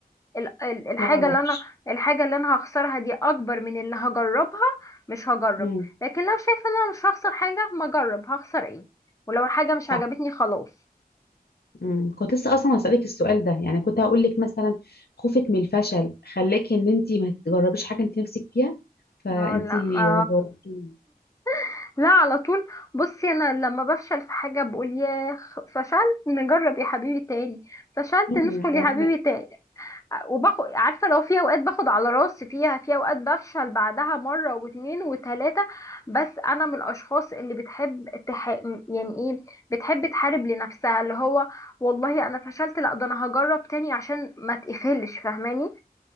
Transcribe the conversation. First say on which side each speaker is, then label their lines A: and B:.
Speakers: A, on the left (about 20°); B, on the left (about 80°).
A: ال- ال- الحاجة
B: ما جربش
A: اللي انا الحاجة اللي انا هخسرها دي اكبر من اللي هجربها مش هجرب
B: مم.
A: لكن لو شايفة ان انا مش هخسر حاجة ما اجرب هخسر ايه ولو الحاجة مش عجبتني
B: صح
A: خلاص
B: امم كنت لسه اصلا هسألك السؤال ده يعني كنت هقول لك مثلا خوفك من الفشل خلاكي ان انت ما تجربيش حاجه انت نفسك فيها فانت
A: ما لا ما
B: جاوبتيني
A: <laughs> لا على طول بصي انا لما بفشل في حاجة بقول يا فشلت نجرب يا حبيبي تاني فشلت
B: أمم،
A: ندخل
B: هقول
A: يا حبيبي
B: لك-
A: تاني وباخد عارفه لو في اوقات باخد على راسي فيها في اوقات بفشل بعدها مره واتنين وتلاته بس انا من الاشخاص اللي بتحب تح... يعني ايه بتحب تحارب لنفسها اللي هو والله انا فشلت لا ده انا هجرب تاني عشان ما تقفلش فاهماني